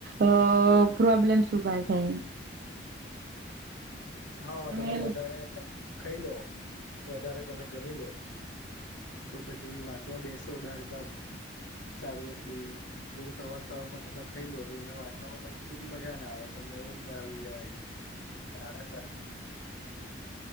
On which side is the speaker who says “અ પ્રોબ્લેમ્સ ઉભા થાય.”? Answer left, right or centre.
Right